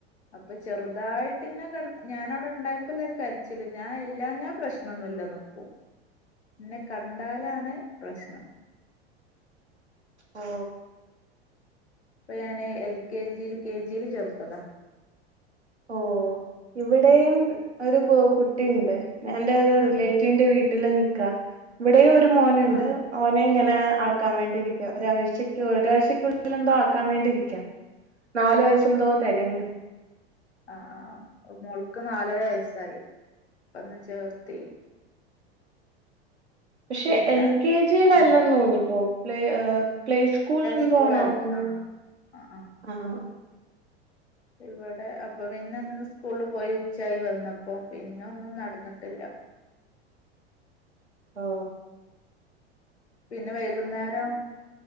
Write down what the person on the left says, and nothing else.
അപ്പൊ ചെറുതായിട്ട് ന്നെ ക ഞാനവിടെ ഇണ്ടായപ്പോള്ളരു കരിച്ചില് ഞാൻ ഇല്ലാഞ്ഞാ പ്രശ്നൊന്നുല്ല നിക്കും എന്നെ കണ്ടാലാണ് പ്രശ്നം
ഇപ്പ ഞാന് എൽ കെ ജിയില് കെ ജിയില് ചേർത്തതാ
ആ
ആ
ആ ആ ഓ മോൾക്ക് നാലര വയസ്സാ കൈ പ്പന്ന് ചേർത്തി
പിന്നെ
ആഹ്
സ്കൂളായിട്ട്
ആഹ് ആഹ് ആഹ്
ഇവിടെ അപ്പപിന്നെ ഇന്ന് സ്കൂള് പോയി ഉച്ചായി വന്നപ്പം പിന്നെ ഒന്നും നടന്നിട്ടില്ല
പിന്നെ വൈകുന്നേരം